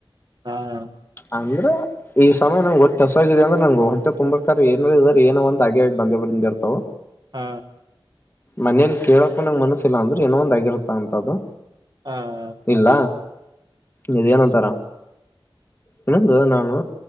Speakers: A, on the right; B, on the left.
A: ಹಾ ಹ
B: ಅಂದ್ರೆ ಈ ಸಮಯ ನಂಗ್ಗೆ ಹೊಟ್ಟೆಸಿದೆ ಅಂದ್ರೆ ನಂಗ್ ಹೊಟ್ಟೆ ತುಂಬಾಕ್ಕೆ ಇದಾರೆ ಏನೋ ಒಂದು ಹಾಗೆ ಬಂದೆ ಇರ್ತವು.
A: ಹಾ
B: ಮನೇಲಿ ಕೇಳೋಕೂ ನಂಗ್ ಮನಸಿಲ್ಲಲ್ಲ ಅಂದ್ರೆಏನೋ ಒಂದ್ಗಿರುತ್ತ ಅಂತ ಅದು.
A: ಹಾ ಹಾ
B: ಇಲ್ಲ ಇದು ಏನೋತರ ಇನ್ನಂದು ನಾನು.